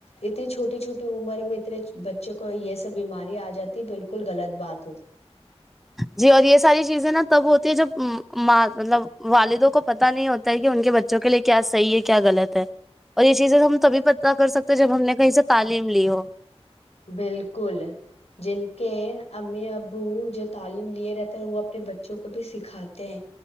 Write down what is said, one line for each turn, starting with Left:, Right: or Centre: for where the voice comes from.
Left: اتنی چھوٹی چھوٹی عمر میں اتنے بچوں کو یہ سب بیماری آ جاتی بالکل غلط بات ہو
Centre: جی اور یہ ساری چیزیں نا تب ہوتی ہے جب ماں مطلب والدوں کو پتا نہیں ہوتا ہے کہ ان کے بچوں کے لیے کیا صحیح ہے کیا غلط ہے اور یہ چیزیں ہم تبھی پت کر سکتے جب ہم نے کہیں سے تعلیم لی ہو
Left: بالکل جن کے امی ابو جو تعلیم لیے رہتے ہے وہ اپنے بچوں کو بھی سکھاتے ہیں